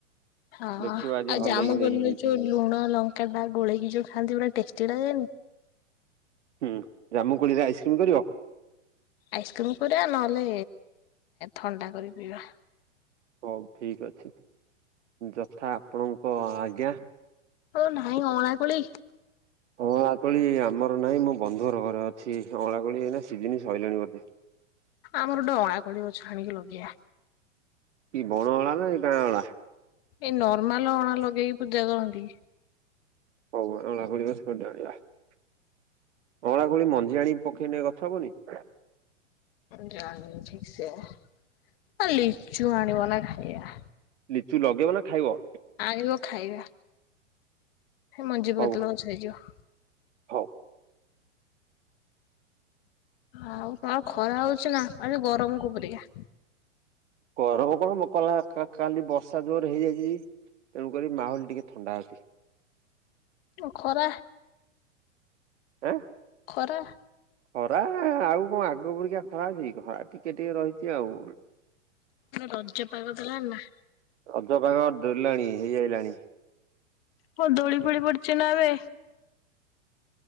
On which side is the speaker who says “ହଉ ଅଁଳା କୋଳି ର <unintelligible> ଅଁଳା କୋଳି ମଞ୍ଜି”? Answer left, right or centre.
Right